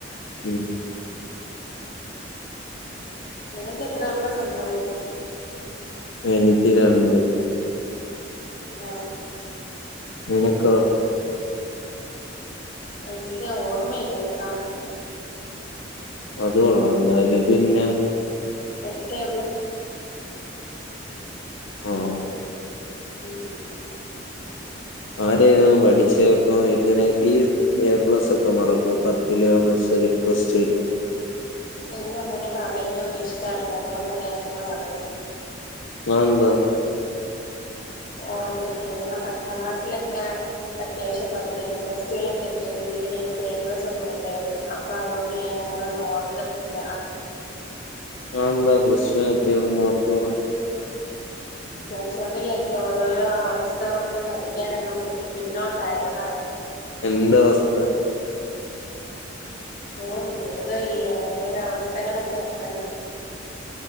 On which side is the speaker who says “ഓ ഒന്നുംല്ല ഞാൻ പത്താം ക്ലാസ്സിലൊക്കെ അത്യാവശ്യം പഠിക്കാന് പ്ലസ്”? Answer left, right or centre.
Left